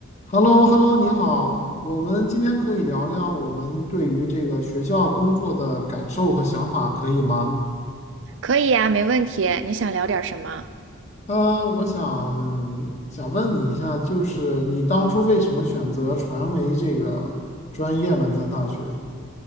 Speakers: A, on the left (about 35°); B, on the right (about 65°).
A: h e l l o h e l l o 你好，我们今天可以聊聊我们对于这个学校工作的感受和想法，可以吗？
B: 可以呀，没问题。你想聊点什么？
A: 呃，我想想问你一下，就是你当初为什么选择传媒这个专业呢？在大学？